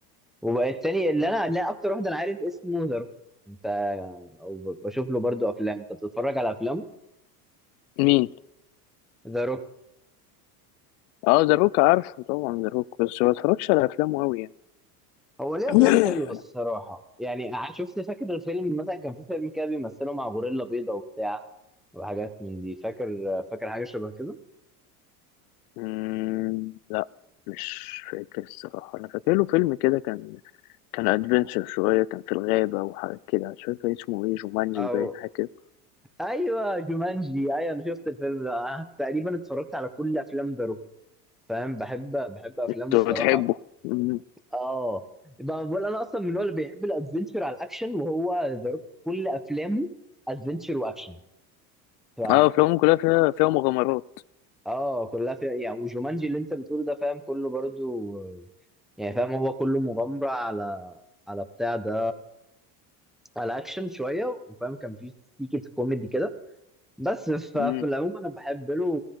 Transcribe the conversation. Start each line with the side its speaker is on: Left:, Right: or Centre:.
Centre: وبقى التاني اللي انا لا اكتر واحد انا عارف اسمه ذا روك انت او ب- بشوف له برضو افلام انت بتتفرج على افلامه
Left: مين
Centre: ذا روك
Left: اه ذا روك عارفه طبعا ذا روك بس ما بتفرجش على افلامه قوي يعني
Centre: هو ليه
Left: <laughs>
Centre: افلام حلوه الصراحه يعني ع- شفت فاكر الفيلم مثلا كان في فيلم كده بيمثله مع غوريلا بيضه وبتاع وحاجات من دي فاكر فاكر حاجه شبه كده
Left: مم، لا مش فاكر الصراحه انا فاكر له فيلم كده كان كان ادفنشر شويه كان في الغابه وحاجات كده مش فاكر اسمه ايه جومانجي
Centre: او
Left: باين حاجه كده
Centre: ايوه جومانجي ايوه انا شفت الفيلم ده أنا تقريبا اتفرجت على كل افلام ذا روك فاهم بحب بحب افلامه
Left: انت
Centre: الصراحه
Left: بتحبه مم.
Centre: اه بقى بقول انا اصلا من النوع اللي بيحب الادفنتشر على الاكشن وهو ذا روك كل افلامه ادفنتشر واكشن ف
Left: اه افلامه كلها فيها فيها مغامرات
Centre: اه كلها فيها يعني وجومانجي اللي انت بتقوله ده فاهم كله برضو يعني فاهم هو كله مغامره على على بتاع ده على اكشن شويه وفاهم كان فيه سيكه كوميدي كده بس ف-
Left: مم.
Centre: في العموم انا بحب له